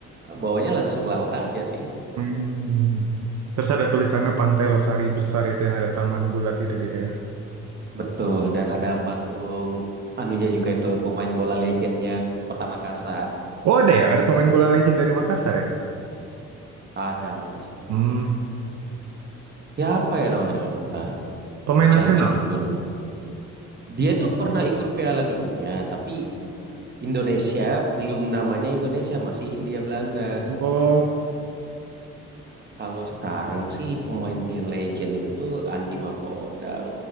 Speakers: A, on the right; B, on the right.
A: bawahnya langsung laut aja sih.
B: Hmm. Terus ada tulisannya Pantai Losari besar itu yang ada taman bulat itu gitu ya.
A: Betul, dan ada patung anunya juga itu pemain bola legendnya Kota Makassar.
B: Oh ada ya, ada pemain bola legend dari Makassar ya.
A: Ada, Mas.
B: Hmm.
A: Siapa ya namanya? Bentar,
B: Pemain nasional.
A: cari-cari dulu. Dia tuh pernah ikut Piala Dunia, tapi Indonesia belum namanya Indonesia, masih Hindia Belanda.
B: Oh,
A: Kalau sekarang sih pemain yang legend itu Andi Mapodang.